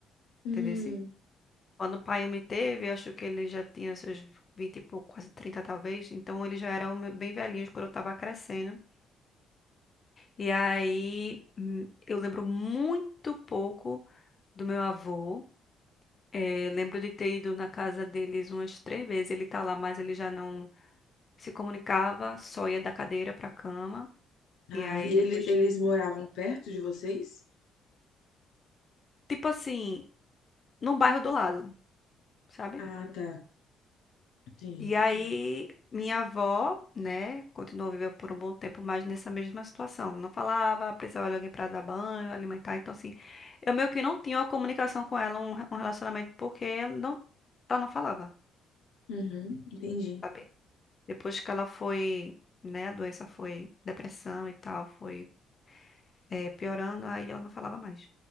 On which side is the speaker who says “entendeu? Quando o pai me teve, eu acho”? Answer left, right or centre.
Left